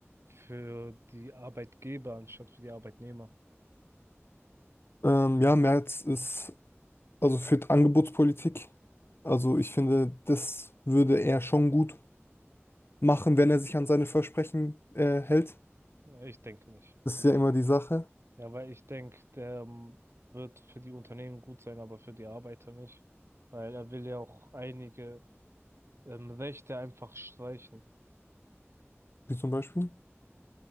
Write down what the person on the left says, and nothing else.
Ähm, ja, Merz ist also für die Angebotspolitik. Also ich finde, das würde er schon gut machen, wenn er sich an seine Versprechen äh, hält.
Das ist ja immer die Sache,
wie zum Beispiel